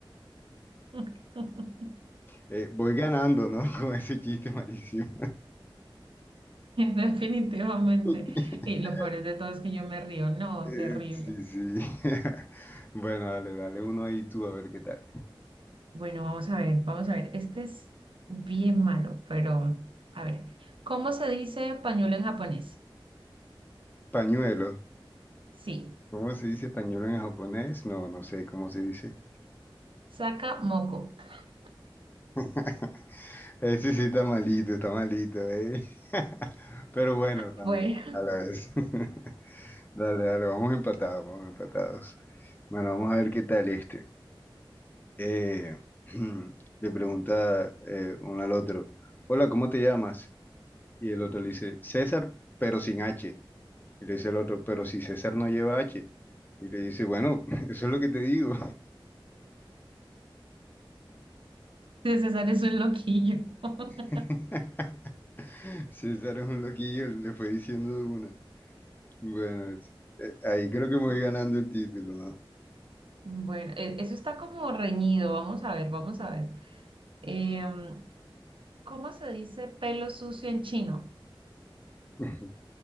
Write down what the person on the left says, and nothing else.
Eh, voy ganando, ¿no? <laughs> Con ese chiste malísimo.
<laughs>
Eh,
Sí, sí. <laughs> Bueno, dale, dale uno ahí tú a ver qué tal.
Pañuelo.
¿Cómo se dice pañuelo en japonés? No, no sé cómo se dice.
<laughs> Ese sí está malito, está malito, ¿eh? <laughs> Pero bueno, también,
a la vez. <laughs> Dale, dale, vamos empatados, vamos empatados. Bueno, vamos a ver qué tal este. Eh, <clears throat> le pregunta eh, uno al otro, hola, ¿cómo te llamas? Y el otro le dice, César, pero sin H. Y le dice el otro, pero si César no lleva H. Y le dice, bueno, <laughs> eso es lo que te digo.
<laughs> César es un loquillo, le fue diciendo de una. Bueno, es- eh, ahí creo que me voy ganando el título, ¿no?
<laughs>